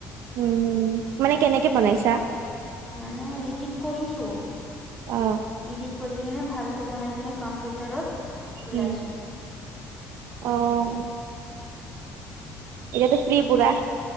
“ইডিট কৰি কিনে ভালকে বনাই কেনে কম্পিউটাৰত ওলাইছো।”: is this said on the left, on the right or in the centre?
Centre